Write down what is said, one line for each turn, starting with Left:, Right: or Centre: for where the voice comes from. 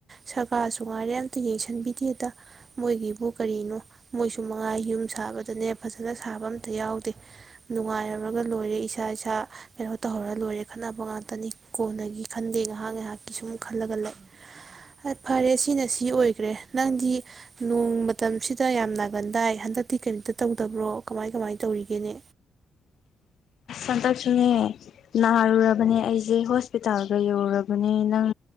Right: ꯁꯔꯀꯥꯔꯁꯨ ꯉꯥꯏꯔꯦ ꯑꯝꯇ ꯌꯦꯡꯁꯤꯟꯕꯤ ꯏꯗ ꯃꯣꯏꯒꯤꯕꯨ ꯀꯔꯤꯅꯣ ꯃꯣꯏꯁꯨ ꯃꯉꯥ ꯌꯨꯝ ꯁꯥꯕꯗꯅꯦ ꯐꯖꯅ ꯁꯥꯕ ꯑꯝꯇ ꯌꯥꯎꯗꯦ ꯅꯨꯡꯉꯥꯏꯔꯝꯃꯒ ꯂꯣꯏꯔꯦ ꯏꯆꯥ ꯗ ꯀꯩꯅꯣ ꯇꯧꯔꯒ ꯂꯣꯏꯔꯦ ꯈꯠꯅꯕ ꯉꯥꯛꯇ ꯀꯣꯟꯅꯒꯤ ꯈꯟꯗꯦ ꯉꯥꯏꯍꯥꯛ ꯉꯥꯏꯍꯥꯛꯀꯤ ꯁꯨꯝ ꯈꯜꯂꯒ ꯂꯩ ꯐꯔꯦ ꯁꯤꯅ ꯁꯤ ꯑꯣꯏꯒ꯭ꯔꯦ ꯅꯪꯗꯤ ꯅꯣꯡ ꯃꯇꯝꯁꯤꯗ ꯌꯥꯝ ꯅꯥꯒꯟꯗꯥꯏ ꯍꯟꯗꯛꯇꯤ ꯀꯔꯤꯝꯇ ꯇꯧꯗꯕ꯭ꯔꯣ ꯀꯃꯥꯏ ꯀꯃꯥꯏꯅ ꯇꯧꯔꯤꯒꯦꯅꯦ
Left: ꯍꯟꯗꯛꯁꯨꯅꯦ ꯅꯥꯔꯨꯔꯕꯅꯦ ꯑꯩꯁꯦ ꯍꯣꯁꯄꯤꯇꯥꯜꯒ ꯌꯧꯔꯨꯔꯕꯅꯦ ꯅꯪ